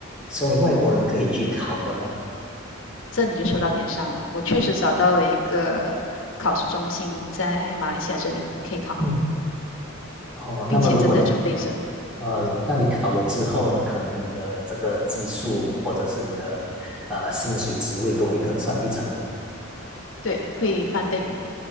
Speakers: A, in the centre; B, on the left.
A: 身为外国人可以去考的吗？
B: 这你就说到点上了。我确实找到了一个考试中心，在马来西亚这里可以考，
A: 嗯，哦，
B: 并且正在准备着。
A: 那么如果你呃，那你考了之后呢，可能你的这个技术或者是你的呃薪水职位都会更上一层楼。
B: 对，会翻倍。